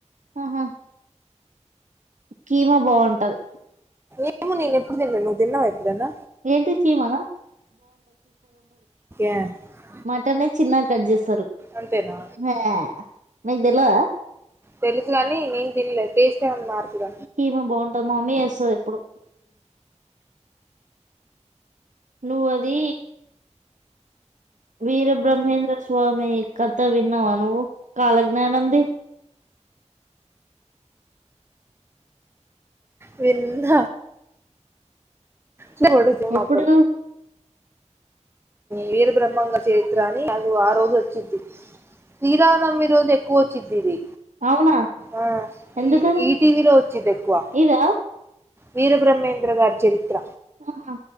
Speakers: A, on the right; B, on the right.
A: ఆహా కీమా బాగుంటది
B: ఏమో నేను ఎప్పుడు తినలే నువు తిన్నావా
A: ఏంటి కీమానా
B: ఎ <unintelligible>
A: మటన్ నే చిన్నగా కట్ చేస్తారు
B: అంతేనా
A: హే నాకు తెలవదా
B: తెలుసు కాని నేను తినలే టేస్ట్ ఏమన్నా మారుతదా
A: కీమా బాగుంటది మామ్మీ చేస్తదిఎప్పుడు నువ్ అది మీరు బ్రహ్మేంద్ర స్వామి కథ విన్నవ నువ్వు కాలజ్ఞానం ది
B: వింద <unintelligible> పడుద్దొమో
A: ఎప్పుడు
B: అ వీరబ్రహ్మాంగ చరిత్ర అని అది ఆ రోజు వచ్చిది శ్రీరావనమి రోజు ఎక్కువ వచ్చింది ఇది
A: అవునా
B: ఆ
A: ఎందుకని
B: ఈ ఈటీవలో వచ్చిది ఎక్కువ
A: ఇదా
B: వీరబ్రహ్మేంద్ర గారి చరిత్ర
A: ఆహా